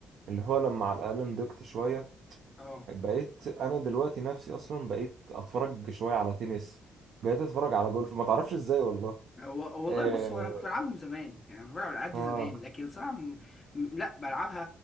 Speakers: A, on the right; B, on the left.
A: اللي هو لما على الاقل نضجت شويه
B: اه
A: بقيت انا دلوقتي نفسي اصلا بقيت اتفرج شويه على تنس بقيت اتفرج على جولف ما تعرفش ازاي والله
B: هو والله
A: إيه
B: بص هو انا كنت بلعبهم زمان يعني كنت بلعب الالعاب دي
A: اه
B: زمان لكن صراحه م... م- لا بلعبها